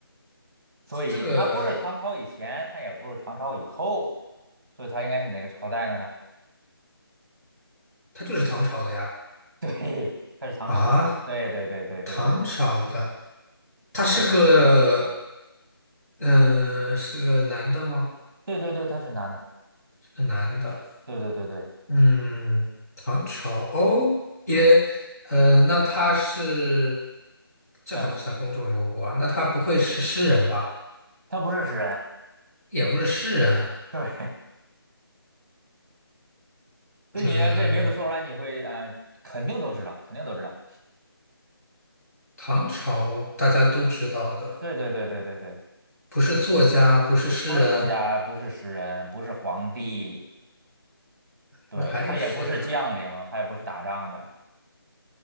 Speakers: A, on the right; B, on the left.
A: 所以他不是唐朝以前，
B: 这个
A: 他也不是唐朝以后，所以他应该是哪个朝代的呢？
B: 他就是唐朝的呀。
A: <laughs> 对，他是唐朝的，
B: 啊，
A: 对对对对对对对
B: 唐朝的，他是个，
A: 对
B: 呃，是个男的吗？
A: 对对对，他是男的，
B: 是个男的。
A: 对对对对，
B: 嗯，唐朝哦，也，呃，那他是，这还不算公众人物啊？
A: 嗯，
B: 那他不会是诗人吧？
A: 他不是诗人，
B: 也不是诗人啊。
A: 对。对你这名字说出来，
B: 嗯，
A: 你会呃，肯定都知道，肯定都知道。
B: 唐朝大家都知道的，
A: 对对对对对对，
B: 不是作家，不是诗人，
A: 不是作家，不是诗人，不是皇帝，对，
B: 那还有谁呀？
A: 他也不是将领，他也不是打仗的。